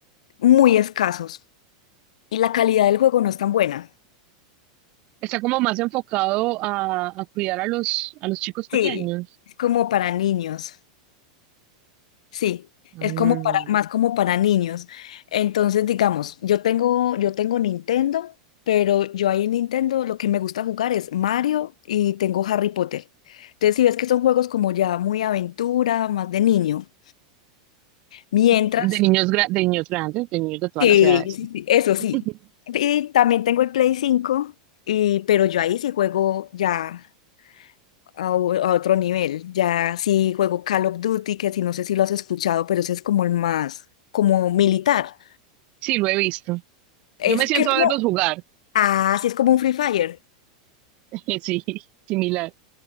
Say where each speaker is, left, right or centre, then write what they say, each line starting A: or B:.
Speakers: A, on the left; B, on the right.
A: muy escasos. Y la calidad del juego no es tan buena.
B: está como más enfocado a, a cuidar a los, a los chicos pequeños.
A: Sí. Es como para niños. Sí,
B: Mm.
A: es como para, más como para niños. Entonces, digamos, yo tengo, yo tengo Nintendo, pero yo ahí en Nintendo lo que me gusta jugar es Mario y tengo Harry Potter. Entonces, si ves que son juegos como ya muy aventura, más de niño. Mientras,
B: De niños, gra- de niños grandes, de niños de todas
A: sí,
B: las edades.
A: sí, sí, eso sí.
B: <laughs>
A: Y también tengo el Play 5 y, pero yo ahí sí juego ya a, o- a otro nivel. Ya sí juego Call of Duty, que si no sé si lo has escuchado, pero ese es como el más, como militar.
B: Sí, lo he visto.
A: Es
B: Yo me siento
A: que es
B: a
A: como,
B: verlos jugar,
A: ah, sí, es como un Free Fire.
B: <laughs> sí, similar.